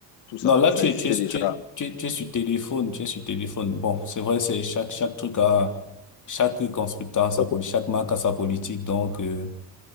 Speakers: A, on the left; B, on the left.
A: tout ça.
B: Non, là,
A: Ça
B: tu
A: existait
B: es, tu es,
A: déjà.
B: tu es, tu es, tu es sur téléphone, tu es sur téléphone. Bon, c'est vrai, c'est chaque, chaque truc a, chaque constructeur a sa
A: Ouais,
B: politique, chaque marque a sa politique. Donc, euh,